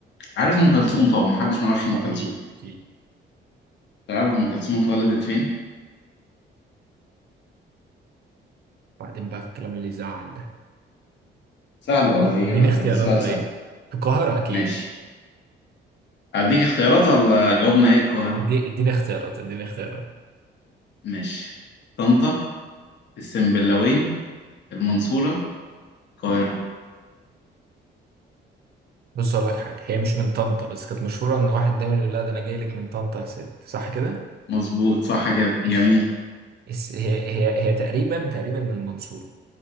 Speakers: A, on the left (about 65°); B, on the right (about 55°).
A: عارف أم كلثوم طبعا محدش ما يعرفش
B: اه
A: أم كلثوم
B: اكيد اكيد
A: تعرف أم كلثوم اتولدت فين؟
B: بعدين بقى في الكلام اللي يزعل ده
A: سهل والله دي
B: اديني
A: إجابة
B: اختيارات
A: دي سؤال
B: طيب
A: سهل
B: في القاهرة أكيد
A: ماشي أديك اختيارات ولا جواب نهائي القاهرة؟
B: ادي- اديني اختيارات اديني اختيارات
A: ماشي طنطا السنبلاوين المنصورة القاهرة
B: بص أقول لك حاجة هي مش من طنطا بس كانت مشهورة إن واحد دايما يقول لها ده أنا جاي لك من طنطا يا ست صح كده؟
A: مظبوط صح كده
B: ماشي
A: جميل
B: الس- هي هي هي تقريبا تقريبا من المنصورة